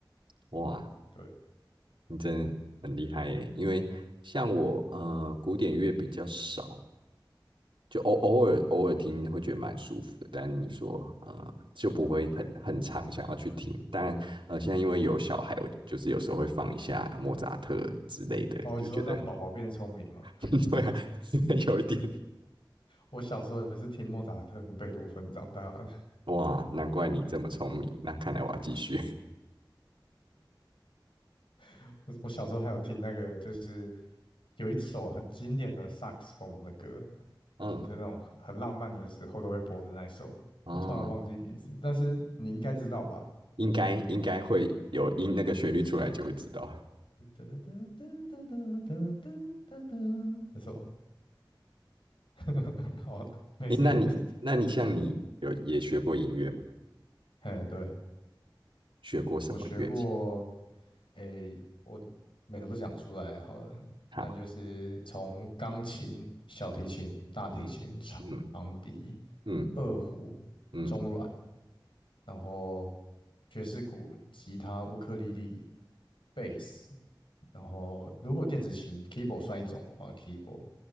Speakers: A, on the right (about 85°); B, on the left (about 85°).
A: 哇，
B: 对
A: 你真的很厉害耶！因为像我，呃，古典乐比较少，就偶偶尔偶尔听会觉得蛮舒服的，但你说呃就不会很很常想要去听。但呃现在因为有小孩，我就是有时候会放一下莫扎特之类的，
B: 哦，
A: 就觉得
B: 你说让宝宝变聪明吗？
A: <laughs> 对啊，<laughs> 有一点
B: 我小时候也是听莫扎特跟贝多芬长大的。
A: 哇，难怪你这么聪明。那看来我要继续，
B: <laughs> 我我小时候还有听那个，就是有一首很经典的萨克斯风的歌，
A: <laughs> 嗯
B: 就是那种很很浪漫的时候都会播的那一首。
A: 啊，
B: 我突然忘记名字，但是你应该知道吧？
A: 应该应该会有音那个旋律出来就会知道。
B: 哒哒哒哒哒哒哒哒哒哒，那首 <laughs> 好，没事没事。
A: 诶，那你那你像你有也学过音乐吗？
B: <laughs> 嘿，对，
A: 学过什么乐器？
B: 我学过，诶，我每个都讲出来好了，
A: 好，
B: 那就是从钢琴、小提琴、大提琴、
A: 嗯嗯
B: 长笛、
A: 嗯
B: 二胡、
A: 嗯
B: 中阮，然后爵士鼓、吉他、乌克丽丽、贝斯，然后如果电子琴 keyboard 算一种的话，keyboard，